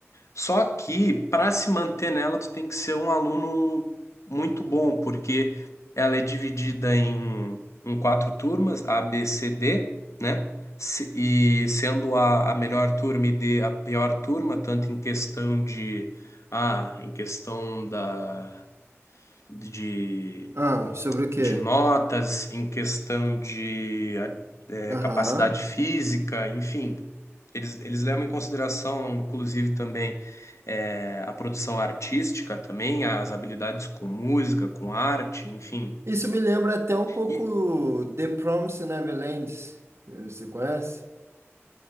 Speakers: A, on the left; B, on the right.
A: Só que para se manter nela, tu tem que ser um aluno muito bom, porque ela é dividida em, em quatro turmas, A, B, C, D, né? Se- E sendo a, a melhor turma e D a pior turma, tanto em questão de A, em questão da, de
B: Ah, sobre o quê?
A: de notas, em questão de eh,
B: Aham.
A: capacidade física, enfim. Eles, eles levam em consideração, inclusive, também eh, a produção artística, também as habilidades com música, com arte, enfim.
B: Isso me lembra até um pouco
A: E,
B: The Promised Neverland. Você conhece?